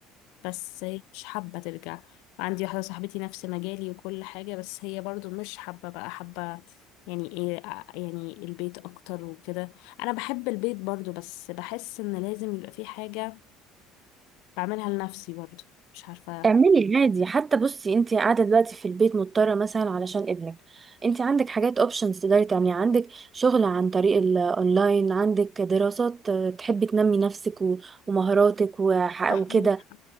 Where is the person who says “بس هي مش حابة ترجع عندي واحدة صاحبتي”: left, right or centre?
Left